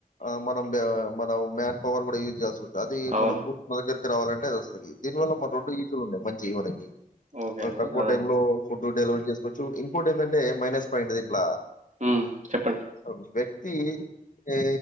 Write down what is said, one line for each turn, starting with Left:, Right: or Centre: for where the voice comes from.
Left: ఆ మనం మనం మ్యాన్ పవర్ కూడా యూజ్ చేస్ అది
Right: అవును
Left: మనం పూట్టనా దగ్గర రావాలంటే దీనివల్ల రెండు ఈజలు ఉన్నాయి మంచి జీవన కి
Right: ఓకే
Left: మ
Right: అండి
Left: తక్కువ
Right: ఆ!
Left: టైమ్ లో ఫుడ్ డెలివరీ చేసుకోచ్చు ఇంపుట్ ఏంటంటే మైనస్ పాయింట్ ఇట్లా
Right: హ్మ్ చెప్పండి
Left: అంబేక్ తీ ఏ